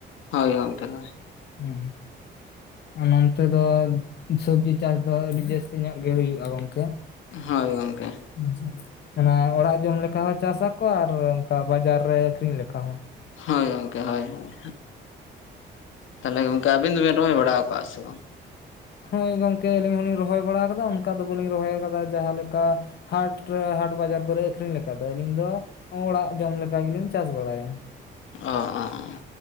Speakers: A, on the left (about 80°); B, on the left (about 55°).
A: ᱦᱳᱭ ᱜᱚᱢᱠᱮ ᱦᱳᱭ᱾
B: ᱦᱩᱸ᱾ ᱱᱚᱱᱛᱮ ᱫᱚ ᱥᱚᱵᱡᱤ ᱪᱟᱥ ᱫᱚ ᱟᱹᱰᱤ ᱡᱟᱹᱥᱛᱤ ᱧᱚᱜ ᱜᱮ ᱦᱩᱭᱩᱜᱼᱟ ᱜᱚᱝᱠᱮ᱾
A: ᱦᱳᱭ ᱜᱚᱝᱠᱮ
B: ᱟᱪᱪᱷᱟ ᱚᱱᱮ ᱚᱲᱟᱜ ᱡᱚᱢ ᱞᱮᱠᱟ ᱦᱚᱸ ᱪᱟᱥᱟ ᱠᱚᱣᱟ ᱟᱨ ᱚᱱᱠᱟ ᱵᱟᱡᱟᱨ ᱨᱮ ᱟᱹᱠᱷᱨᱤᱧ ᱞᱮᱠᱟ ᱦᱚᱸ᱾
A: ᱦᱳᱭ ᱜᱚᱝᱠᱮ ᱦᱳᱭ ᱦᱳᱭ ᱛᱟᱦᱞᱮ ᱜᱚᱢᱠᱮ ᱟᱵᱤᱱ ᱫᱚᱵᱤᱱ ᱨᱚᱦᱚᱭ ᱵᱟᱲᱟᱣ ᱠᱟᱜᱼᱟ ᱥᱮ ᱵᱟᱝ?
B: ᱦᱳᱭ ᱜᱚᱝᱠᱮ ᱟᱹᱞᱤᱧ ᱦᱚᱞᱤᱧ ᱨᱚᱦᱚᱭ ᱵᱟᱲᱟ ᱠᱟᱫᱟ ᱚᱱᱠᱟ ᱫᱚ ᱵᱟᱹᱞᱤᱧ ᱨᱚᱦᱚᱭ ᱠᱟᱫᱟ ᱡᱟᱦᱟᱸ ᱞᱮᱠᱟ ᱦᱟᱴ ᱨᱮ ᱦᱟᱴ ᱵᱟᱡᱟᱨ ᱠᱚᱨᱮ ᱟᱹᱠᱷᱨᱤᱧ ᱞᱮᱠᱟ ᱫᱚ ᱟᱹᱞᱤᱧ ᱫᱚ ᱚᱲᱟᱜ ᱡᱚᱢ ᱞᱮᱠᱟ ᱜᱮᱞᱤᱧ ᱪᱟᱥ ᱵᱟᱲᱟᱭᱟ᱾
A: ᱚ ᱚ ᱚ᱾